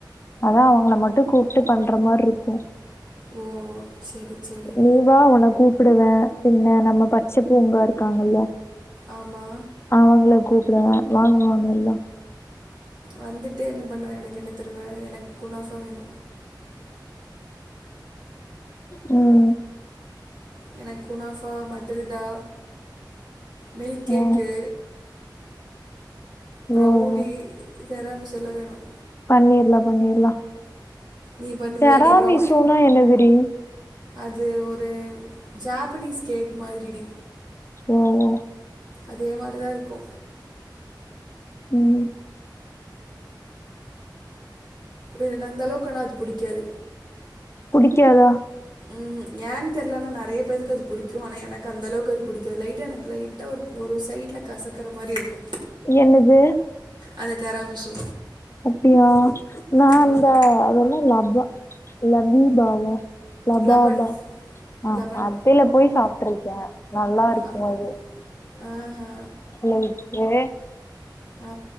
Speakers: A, on the left; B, on the right.
A: அதா அவங்கள மட்டு கூப்ட்டு பண்ற மார்ருக்கு
B: ஓ செரி செரி
A: நீ வா உன்ன கூப்புடுவ பின்ன நம்ம டச்சு ஃப்ரெண்ட்லா இருக்காங்கல்ல
B: ஆமா
A: அவங்கள கூப்புடுவ வாங்க அவுங்க எல்லா
B: வந்துட்டு என்ன பண்ணுவ எனக்கு என்ன தருவ எனக்கு குனாஃபா வேணு
A: ம்
B: எனக்கு குனாஃபா மட்டில்டா மில்க் கேக்கு
A: ஆ
B: பிரவுனி
A: ஓ ஓ
B: வெரமிசோல்ல வேணும்
A: பண்ணிர்ல்லா பண்ணிர்ல்லா
B: நீ பண்ணுவியாடி
A: ஜராமிஷோனா
B: ப்ரௌனி
A: என்னது டி
B: அது ஒரு ஜாப்பனீஸ் கேக் மாதிரிடி
A: ஓ ஓ
B: அதே மாரிதா இருக்கு
A: ம்
B: எனக்கு அந்த அளவுக்கு ஆனா அது புடிக்காது
A: புடிக்காதா
B: ம் ம் ஏன்னு தெரியல ஆனா நெறைய பேத்துக்கு அது புடிக்கு ஆனா எனக்கு அந்த அளவுக்கு அது புடிக்காது லைட்டா எனக்கு லைட்டா ஒரு ஒரு சைட்ல கசக்கற மாரி இருக்கு
A: என்னது
B: அந்த தெராமிசு
A: அப்பிடியா நா
B: ம்,
A: அந்த அதென்ன லபா லபீபாவா லபாபா
B: லபன்
A: ஆ
B: லபன்
A: அந் டைல்ல போய் சாப்பிட்டுருக்கே நல்லா இருக்கு
B: அங்
A: அது
B: ஆஹா
A: லைட்டு
B: ஆ